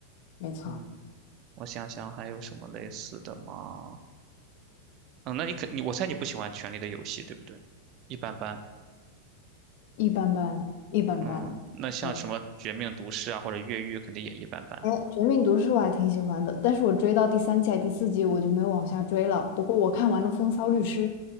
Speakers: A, on the left; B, on the right.
A: 没错，
B: 嗯，我想想还有什么类似的吗？嗯，那你肯你我猜你不喜欢《权力的游戏》，对不对？一般般。
A: 一般般，一般般。
B: 嗯，那像什么《绝命毒师》啊，
A: 对，
B: 或者《越狱》，肯定也一般般。
A: 哎，《绝命毒师》我还挺喜欢的，但是我追到第三季、还第四季我就没有往下追了。不过我看完了《风骚律师》，